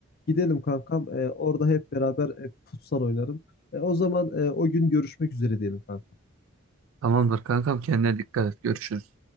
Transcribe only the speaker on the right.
Tamamdır kankam kendine dikkat et. Görüşürüz.